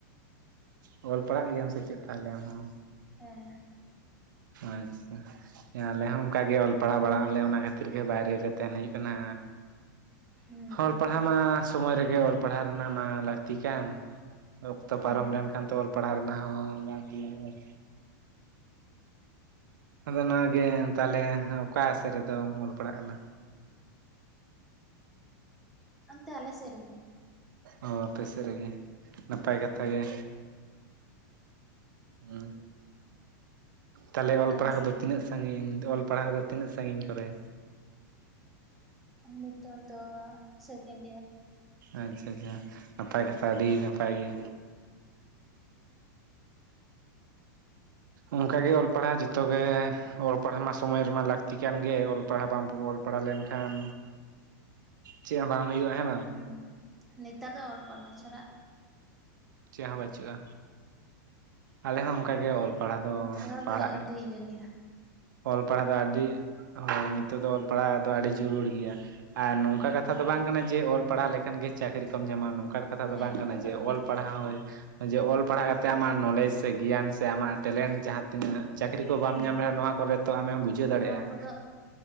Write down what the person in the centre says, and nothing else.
ᱦᱮᱸ
ᱦᱩᱸ
ᱦᱮᱸ
ᱚᱱᱛᱮ ᱟᱞ ᱥᱮᱛᱨᱮᱜᱮ᱾
ᱦᱩᱸ
ᱟᱞᱮ
ᱥᱮᱫ ᱨᱮᱜᱮ
ᱱᱤᱛᱚᱜ ᱫᱚ ᱥᱮᱠᱮᱱᱰ ᱤᱭᱟᱨ᱾
ᱦᱩᱸ ᱱᱮᱛᱟᱨ ᱫᱚ ᱚᱞ ᱯᱟᱲᱦᱟᱣ ᱪᱷᱟᱨᱟ
ᱚᱞ ᱯᱟᱲᱦᱟᱣ
ᱫᱚ ᱟᱹᱰᱤ ᱤᱭᱟᱹ ᱜᱮᱭᱟ᱾
ᱦᱩᱸ
ᱦᱮᱸ
ᱚᱱᱟ ᱫᱚ
ᱵᱟᱝ
ᱠᱟᱱᱟ
ᱦᱩᱸ
ᱱᱚᱣᱟ ᱠᱚᱫᱚ